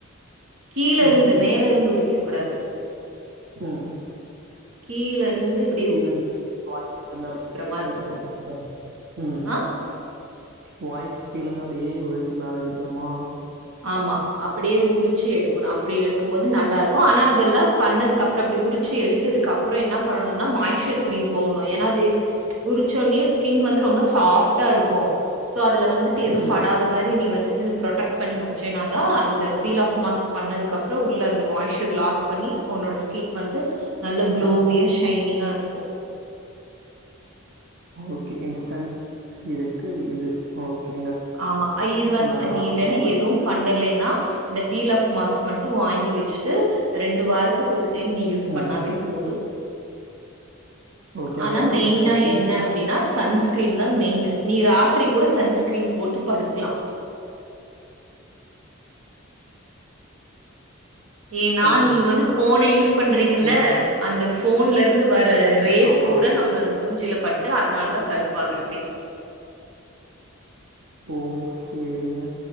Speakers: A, on the right; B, on the right.
A: கீழருந்து
B: ம்
A: மேலருந்து உரிக்கக் கூடாது
B: ம்
A: கீழருந்து இப்டி
B: கீழருந்து வாங்கிட்டு
A: மாரி இருக்கும்.
B: <inaudible> ம்
A: ஆ
B: வாய்க்கு கீழருந்து அப்டியே வெச்சி மேல இழுக்குறோமா
A: ஆமா அப்டியே உரிச்சு எடுக்கணு அப்டி எடுக்கும்போது நல்லாருக்கு ஆனா அதெல்லா பண்ணதுக்கப்புற இப்டி உரிச்சு எடுத்ததுக்கப்புற என்ன பண்ணனும்னா மாயிஸ்சர் க்ரீம் போட்ணு ஏன்னா அது உரிச்சோன்னே ஸ்கின் வந்து ரொம்ப சாஃப்ட்டா இருக்கு சோ அதுல வந்துட்டு எதுவு
B: ம்
A: படாத மாரி நீ வந்துட்டு ப்ரொடெக்ட் பண்ணி வச்சேன்னா தா அந்த பீல் ஆஃப் மாஸ்க் பண்ணதுக்கப்புற உள்ள அந்த மாய்சர் லாக் பண்ணி உன்னோட ஸ்கின் வந்து நல்ல குளோவியா
B: ஆ
A: ஷைனிங்கா இருக்
B: ஓகே இன்ஸ்டன் இதுக்கு இது ஓகேங்க
A: ஆமா ஆ இது வந்
B: சரி நான் அத
A: நீ
B: ஆர்டர்
A: இல்லன்னா
B: பண்ணி வாங்கிக்கிறேன்
A: எதுவும் பண்ணலேன்னா இந்த பீல் ஆஃப் மாக்ஸ் மட்டு வாங்கி வச்சுட்டு ரெண்டு வாரத் துக்கு ஒரு டைம் நீ யூஸ்
B: ம்
A: பண்ணாவே போது
B: ஓகே அது
A: ஆனா
B: எவ்வளோ
A: மெயினா
B: ப்ரைஸு
A: என்ன அப்டின்னா சன்ஸ்கிரீன் தா மெயினு நீ ராத்திரி கூட சன்ஸ்கிரீன் போட்டு படுக்கலா ஏன்னா
B: ஹலோ
A: நீங்க வந்து ஃபோன யூஸ் பண்றீங்கல்ல
B: நீங்க
A: அந்த ஃபோன்ல இருந்து வர ரேஸ்
B: ஆமா
A: கூட நம்ம மூஞ்சில பட்டு அதனாலதா கருப்பாகறதே
B: ஓ செரிங்க